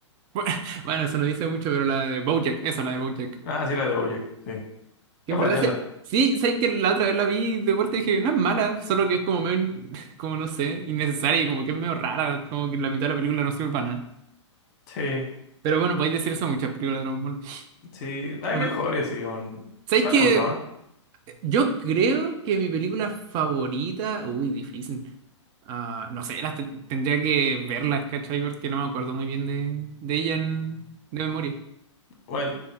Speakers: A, on the right; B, on the left.
A: <laughs> Bueno, eso no dice mucho, pero la de BoJack, esa, la de BoJack.
B: Ah, sí, la de BoJack, sí.
A: Que
B: Es
A: en
B: buena
A: verdad
B: esa.
A: se... Sí, sabes que la otra vez la vi de vuelta y dije, no es mala, solo que es como medio, in- <laughs> como no sé, innecesaria y como que es medio rara, como que la mitad de la película no sirve para nada.
B: Sí,
A: Pero bueno, podéis decir eso a muchas películas de Dragon Ball.
B: sí. Hay
A: Bueno,
B: mejores, sí, weón.
A: sabéis
B: ¿Cuál
A: que
B: te gusta más?
A: yo creo que mi película favorita, uy, difícil. Ah, no sé, las te- tendría que verlas, ¿cachai? Porque no me acuerdo muy bien de, de ella en- de memoria.
B: Bueno,